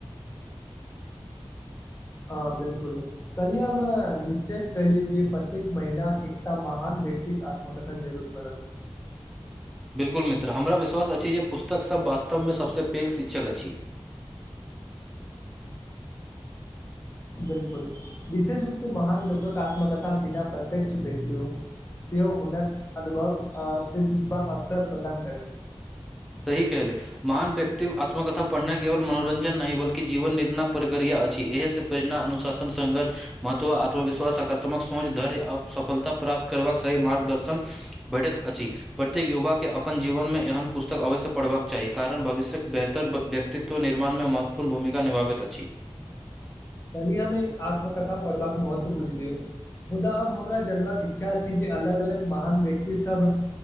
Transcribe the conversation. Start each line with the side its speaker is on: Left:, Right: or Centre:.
Left: हँ बिलकुल कल्ही हम निश्चित करली जे प्रत्येक महिला एकटा महान व्यक्तिक आ <unintelligible> जरुर पढ़ब
Centre: बिलकुल मित्र हमरा विश्वास अछि जे पुस्तक सब वास्तव मे सभसँ पेघ शिक्षक अछि
Left: बिलकुल विशेष रूप से महान लोकक आत्मकथा बिना प्रत्यक्ष भेटलो सेहो हुनक अनुभव अ से सिखबाक अवसर प्रदान करैत अछि
Centre: सही कहले महान व्यक्ति आत्मकथा पढ़नाइ केवल मनोरञ्जन नहि बलकि जीवन निर्णक प्रक्रिया अछि एहि से प्रेरणा अनुशासन संघर्ष महत्व आत्मविश्वास सकारात्मक सोच धर आ सफलता प्राप्त करबाक सही मार्गदर्शन भेटैत अछि प्रत्येक युवा के अपन जीवन मे एहन पुस्त तक अवश्य पढ़बाक चाही कारण भविष्यक बेहतर व्यक्तित्व निर्माण मे महत्वपूर्ण भूमिका निभाबैत अछि
Left: कहलिय हमे एक आत्मकथा पढ़बाक महत्व बुझलियौ मुदा अब हमरा जन्मक इच्छा छै जे अलग अलग महान व्यक्ति सब